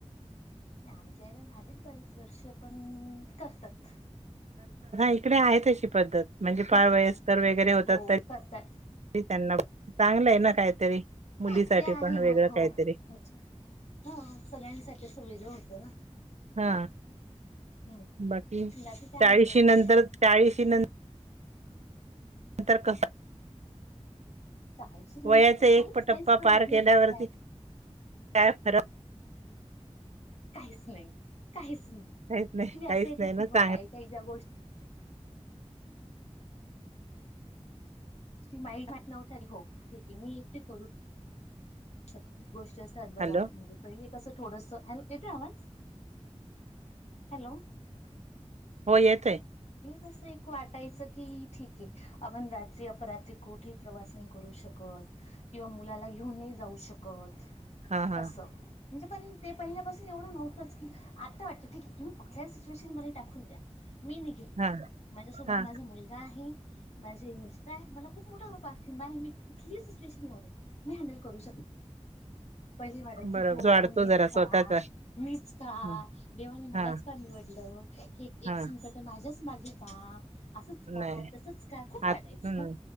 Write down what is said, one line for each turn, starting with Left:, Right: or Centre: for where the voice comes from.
Left: आमच्या याला झालेत बरेच वर्ष पण करतात.
Right: इकडे आहेत अशी पद्धत म्हणजे फार
Left: हा
Right: वयस्कर वगैरे होतात
Left: हो करतात
Right: चांगलं आहे ना काहीतरी मुलीसाठी
Left: हा ते आहे
Right: पण वेगळं
Left: मग हो
Right: काहीतरी
Left: म्हणजे ह सगळ्यांसाठी असं वेगळं होत ना
Right: हा
Left: हम्म.
Right: बाकी
Left: काय
Right: चाळीशी
Left: म्हणताय तुम्ही
Right: नंतर चाळीशी नंत अंतर कस
Left: चाळीशी नंतर
Right: वयाचा
Left: तर काहीच
Right: एक पटप्पा
Left: काहीच फरक
Right: पार
Left: नाही
Right: केल्यावरती
Left: पडलाय
Right: काय फरक
Left: काहीच नाही काहीच ना
Right: काहीच नाही
Left: ऍक्च्युली
Right: काहीच
Left: असं येतं
Right: नाही ना
Left: की
Right: चांगलंय
Left: हो काही-काही ज्या गोष्टी ती <inaudible> नव तरी हो ठीक आहे मी एकटी करू शकते गोष्टी असं आहेत बघा
Right: हॅलो
Left: म्हणजे पहिले कसं थोडसा हेल् येतो आवाज हॅलो.
Right: हो येते
Left: तसं एक वाटायचं की ठीक आहे आपण रात्री अपरात्री कुठे प्रवास नाही करू शकत. किंवा मुलाला घेऊन नाही जाऊ शकत.
Right: हा हा.
Left: असं म्हणजे पण ते पहिल्यापासून एवढं नव्हतंच की आता वाटतं ठीक आहे तुम्ही कुठल्या सिच्युएशन मध्ये टाकून द्या. मी निघेल
Right: हा
Left: माझ्यासोबत
Right: हा
Left: माझा मुलगा आहे माझे मिस्टर आहे मला खूप मोठा हो पारखी बाय मी कुठली सिच्युएशन येऊ दे मी हॅडल करू शक पहिले वाढायचं
Right: बरोबर
Left: हो
Right: वाढतो
Left: मीच
Right: जरा स्वतःचा
Left: का मीच का
Right: हा
Left: देवाने
Right: हा
Left: मलाच का निवडलं? हे एक एक
Right: हा
Left: संकट माझ्याच मागे का? असच का
Right: नाही
Left: तसच का खूप
Right: आ
Left: वाटायचं
Right: हम्म